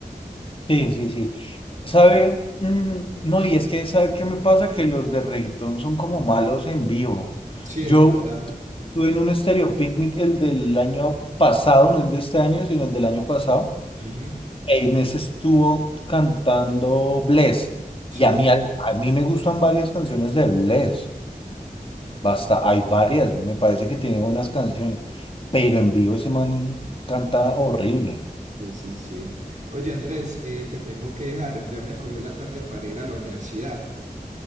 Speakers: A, on the left; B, on the right.
A: sí, sí. sí. ¿Sabe? Mm, no, y es que, ¿sabe qué me pasa? Que los de reggaetón son como malos en vivo.
B: Sí,
A: Yo
B: es verdad.
A: estuve en un Stereo Picnic, el del año pasado, no el de este año, sino el del año pasado.
B: Ujú,
A: En ese estuvo cantando Bless.
B: Sí,
A: Y a mí, a mí me gustan varias canciones de Bless. Basta, hay varias, me parece que tiene buenas canciones, pero en vivo ese man canta horrible.
B: sí, sí, sí. Oye, Andrés, eh, te tengo que dejar, ya me cogió la tarde para ir a la universidad.